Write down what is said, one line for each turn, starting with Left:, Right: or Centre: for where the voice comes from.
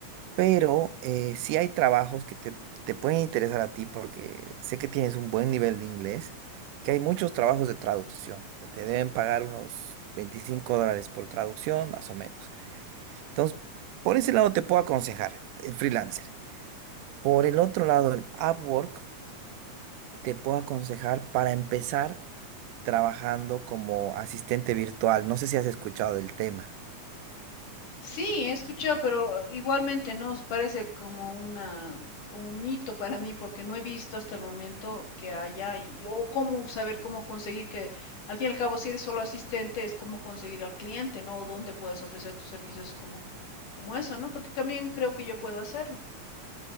Right: Pero eh, sí hay trabajos que te, te pueden interesar a ti porque sé que tienes un buen nivel de inglés, que hay muchos trabajos de traducción, que te deben pagar unos 25 dólares por traducción, más o menos. Entonces, por ese lado te puedo aconsejar el freelancer. Por el otro lado, el Upwork te puedo aconsejar para empezar trabajando como asistente virtual. No sé si has escuchado del tema.
Left: Sí, he escuchado, pero eh, igualmente no parece como una como un mito para mí porque no he visto hasta el momento que haya y o cómo saber cómo conseguir que al fin y al cabo si eres solo asistente es cómo conseguir al cliente, ¿no? O dónde puedes ofrecer tus servicios como como eso, ¿no? Porque también creo que yo puedo hacerlo.